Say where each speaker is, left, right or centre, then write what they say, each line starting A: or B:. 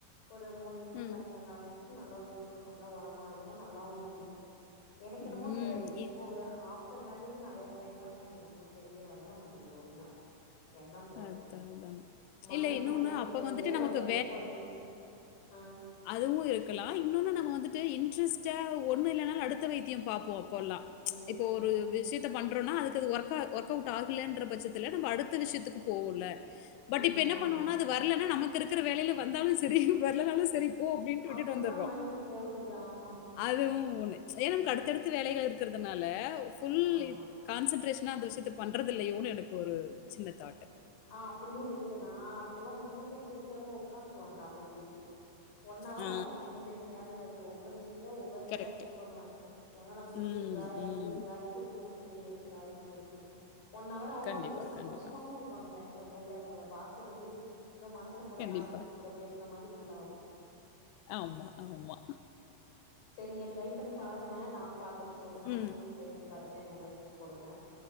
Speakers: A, on the left; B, on the left.
A: ஒரு மூணு லிட்ரு
B: ம்,
A: தண்ணில கலந் து நல்லா ஊத்திவுடுவ நல்லா ஒரமாருக்கு நல்லாவு இருந்துச்சு எனக்
B: ம்.
A: என்னமோ இந்த இப்போவ
B: எ
A: ஹா டர் மேரேஜு நெறைய ட்ரை பண்றே எனக் என்னமோ செடியே வளர மாட்டங்குது ஒழுங்கா என்னன் தெர்ல
B: அதான் அதான்.
A: மண்ணு
B: இல்ல இன்னொன்னு
A: குவாலிட்டி
B: அப்ப
A: சரியில்லையா
B: வந்துட்டு
A: இல்ல
B: நமக்கு
A: வித குவாலிட்டி அ
B: அதுவூ இருக்கல்லா இன்னொன்னு நம்ம வந்துட்டு இன்ட்ரஸ்ட்டா ஒண்ணு இல்லனாலு அடுத்த வைத்தியொ பாப்போ போல்லா
A: ம்
B: இப்போ
A: ம்
B: ஒரு விஷ்யத்த பண் அப்புறோன்னா அதுக் இது ஒர்க் அவுட் ஆகலன்ற பட்சத்துல நம்ம அடுத்த விஷ்யத்துக்கு போவோன்ல பட்
A: ம்
B: இப்ப என்னா
A: ஆமா
B: பண்ணுவோன்னா அது வர்லன்னா நம்மக்கு இருக்குற வேலைல வந்தாலு செரி வர்லனாலு செரி போ அப்டின்ட்டு விட்டுட்
A: அப்டிதா
B: வந்துற்றோ
A: மைண்டு போகுது ஆமா
B: அதுவு ஒண்ணு ஏன்னா நம்க் அடுத்தடுத்து வேலைக இருக்கற்துனால ஃபுல்
A: ஆமா
B: கான்சன்ட்ரேஷ்னா அந்த விஷயத்த பண்றது இல்லையோன்னு எனக்கு ஒரு சின்ன தாட்டு
A: ஆ அப்புடியு இருக்கு நா அப்பயெல்லா பாத்தீங்கன்னா போய் செடியோட உக்காந்துருவ கால்ல பொய்ட்டு ஒன் அவர்
B: ஆ
A: ஆவு செடில்லேந்து கிளம்பி வரதுக்கு ஒவ்வொரு செடியா ஒரு இலையா
B: கரெக்ட்.
A: செக் பண்ணுவ என்னான்ன பூச்சிருக்கா
B: ம், ம்.
A: இதுருக்கா எது பூ வுட்டுருக்கு எது காய் வுட்டுருக்குன்னு ஒன்அவர் ஆவு
B: கண்டிப்பா,
A: அது ஒரு சந்தோஷமாவு
B: கண்டிப்பா,
A: இருக்கு அந்த டைம்ல போய் அதுங்கள பாத்துறுது இந்தோ மனுசங்கூட
B: கண்டிப்பா.
A: நாய்க்குட்டி கூட பேசுறமாரி ஃபீல்ஆவு
B: ஆம்மா ஆம்மா
A: செர் நீங்க ட்ரை பண்ணி பாருங்க நானும் பாத்துட்டு சொல்ற
B: ம்.
A: நீங்களு ட்ரை பண்ணி பாத்துட்டு எனக் மெசேஜ் போடுங்க